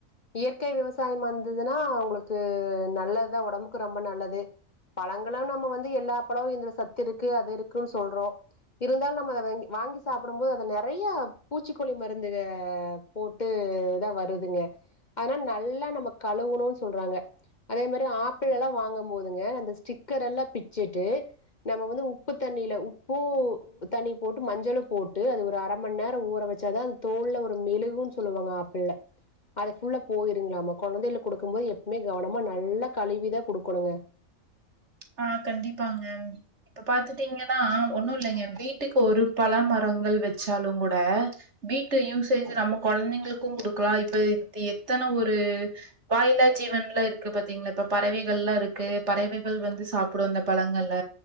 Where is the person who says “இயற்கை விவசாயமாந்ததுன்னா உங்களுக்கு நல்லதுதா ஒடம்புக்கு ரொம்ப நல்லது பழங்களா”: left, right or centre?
Left